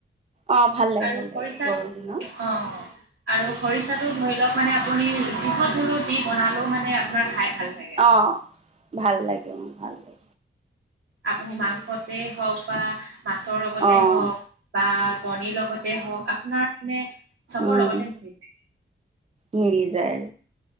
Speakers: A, on the right; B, on the right.
A: অঁ ভাল লাগে
B: আৰু
A: ভাল
B: খৰিচাত
A: লাগে গৰম দিনত
B: অ আৰু খৰিচাটো ধৰি লওক মানে আপুনি যিহত হলো দি বনালেও মানে আপোনাৰ খাই ভাল লাগে।
A: অ ভাল লাগে মোৰ ভাল লাগে।
B: আপুনি
A: ভাল
B: মাংসতেই
A: লাগে
B: হওক বা মাছৰ লগতে
A: অঁ
B: হওক বা কণীৰ লগতে হওক আপোনাৰ মানে চবৰ
A: উম।
B: লগতে মিলি যাই।
A: মিলি যায়।